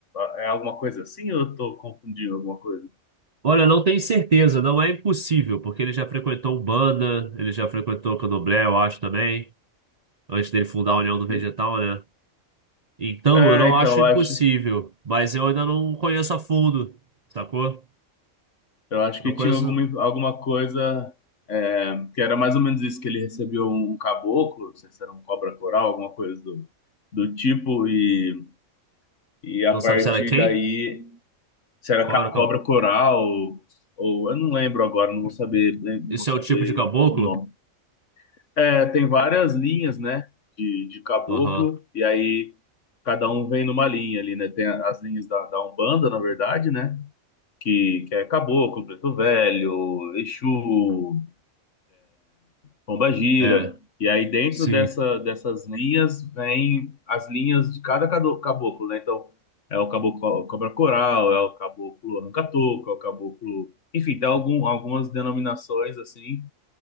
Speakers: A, on the left; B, on the right.
A: é alguma coisa assim? Ou eu estou confundindo alguma coisa?
B: Olha, não tenho certeza, não é impossível, porque ele já frequentou Umbanda, ele já frequentou Candomblé, eu acho também, antes dele fundar a União do Vegetal,
A: Sim.
B: né? Então,
A: É,
B: eu não
A: então
B: acho
A: eu
B: impossível,
A: acho
B: mas eu ainda não conheço a fundo, sacou?
A: eu acho
B: Não
A: que
B: conheço,
A: tinha alguma alguma coisa é, que era mais ou menos isso que ele recebeu um caboclo, não sei se era um cobra coral, alguma coisa do do tipo e e a
B: não sabe
A: partir
B: se era quem?
A: daí se era
B: Qual
A: ca-
B: era o
A: cobra
B: caboclo?
A: coral ou eu não lembro agora, não vou saber, né, não
B: Isso
A: vou saber
B: é o tipo de caboclo?
A: o nome. É, tem várias linhas, né, de, de caboclo
B: Aham,
A: e aí cada um vem numa linha ali, né? Tem a- as linhas da, da Umbanda, na verdade, né? Que, que é caboclo, preto velho, Exu, Pomba Gira.
B: é,
A: E aí dentro
B: sim.
A: dessa, dessas linhas vem as linhas de cada cado- caboclo, né? Então é o caboclo cobra coral, é o caboclo arranca-toco, é o caboclo, enfim, tem algum, algumas denominações assim.